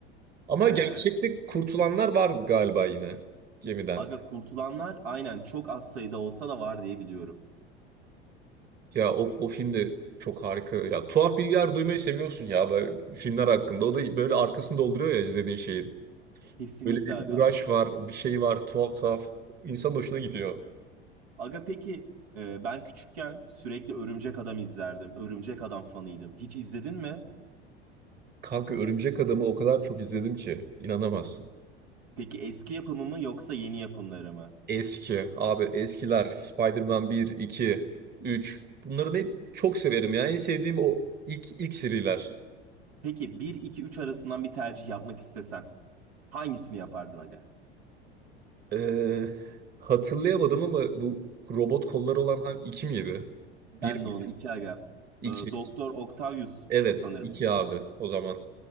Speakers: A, on the right; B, on the right.
A: Ama
B: He.
A: gerçekte kurtulanlar vardı galiba yine gemiden.
B: Aga kurtulanlar aynen çok az sayıda olsa da var diye biliyorum.
A: Ya o, o film de çok harika. Ya tuhaf bilgiler duymayı seviyorsun ya böyle filmler hakkında. O da böyle arkasını dolduruyor ya izlediğin şeyin.
B: Kesinlikle
A: Böyle bir
B: aga.
A: uğraş var, bir şey var tuhaf tuhaf. İnsan hoşuna gidiyor.
B: Aga peki e, ben küçükken sürekli Örümcek Adam izlerdim. Örümcek Adam fanıydım. Hiç izledin mi?
A: Kanka Örümcek Adam'ı o kadar çok izledim ki inanamazsın.
B: Peki eski yapımı mı yoksa yeni yapımları mı?
A: Eski abi eskiler Spider-Man 1, 2, 3 bunları hep çok severim yani en sevdiğim o ilk ilk seriler.
B: Peki bir 2 3 arasından bir tercih yapmak istesen hangisini yapardın aga?
A: Ee, hatırlayamadım ama bu robot kolları olan hangi 2 miydi?
B: Ben
A: bir miydi?
B: de onu 2 aga.
A: 2.
B: E, Doktor Octavius
A: Evet
B: sanırım.
A: 2 abi o zaman.